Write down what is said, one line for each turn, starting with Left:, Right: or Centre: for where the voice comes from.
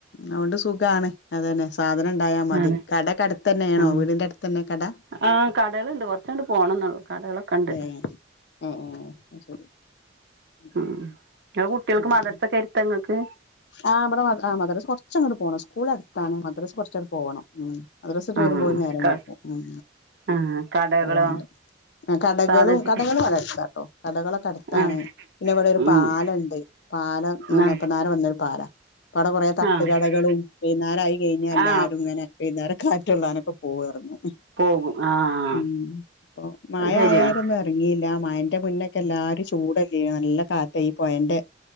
Left: അതോണ്ട് സുഖാണ് അത് തന്നെ സാധനം ഇണ്ടായാ മതി
Right: അതെ
Left: കടക്കടുത്തന്നേണോ
Right: ആ
Left: വീടിന്റെ അടുത്തന്നെ കട
Right: ആ കടകളുണ്ട് കുറച്ചങ്ങോട്ട് പോകണം എന്നുള്ളൂ കടകളൊക്കെ ഉണ്ട്
Left: ഏയ് ഏ ഏ അഹ്ശരി ഉം
Right: നിങ്ങളെ കുട്ടികൾക്ക്
Left: ഉം
Right: മദ്രസയൊക്കെ എടുത്താ നിങ്ങൾക്ക്
Left: ആ വ്ടെ മ ആ മദ്രസ്സ് കൊറ്ച്ചങ്ങോട്ട് പോണം സ് സ്കൂളട്ത്താണ് മദ്രസ് കൊറ് ച്ച് പോണം ഉം മദ്രസ്സെട്ട്
Right: ആ
Left: വരുമ്പോ നേരംവൈകും
Right: ക
Left: ഉം
Right: ആ കടകളോ
Left: പോവാണ്ട് കടക്കളു
Right: സാധനത്തിന്
Left: കടക്കളും ആടെ അട്ത്താട്ടൊ കടക്കളൊക്കെ അട്ത്താണ്.
Right: ആ
Left: പിന്നെ ഇവിടൊരു
Right: ഉം
Left: പാലണ്ട് പാലംന്നെറ്ഞ്ഞ
Right: ആ
Left: ഇപ്പന്നാരെ വന്നെ പാലാ പ്പാടെ കൊറേ തട്ടുകടകളും
Right: ആ
Left: വൈന്നേരായി കഴിഞ്ഞാൽ എല്ലാരും
Right: ആ
Left: ഇങ്ങനെ വൈന്നാരൊക്കെ കാ റ്റ് കൊള്ളാനൊക്കെ പോവായിരുന്നു
Right: പോകും ആ
Left: ഉം അപ്പൊ മഴ
Right: അത് ശരിയാണ്
Left: ആയാരൊന്നും ഒരുങ്ങീല്ല മഴന്റെ മുന്നേ <unintelligible> എല്ലാരും ചൂടല്ലെ നല്ല കാറ്റെ ഈ പൊഴന്റെ